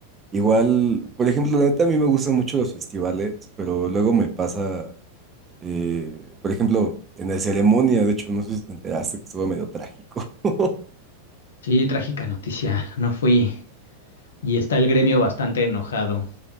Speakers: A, on the right; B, on the left.
A: Igual, por ejemplo, la neta a mí me gustan mucho los festivales, pero luego me pasa Eh, por ejemplo, en la ceremonia, de hecho, no sé si te enteraste que estuvo medio trágico. <laughs>
B: Sí, trágica noticia. No fui. Y está el gremio bastante enojado.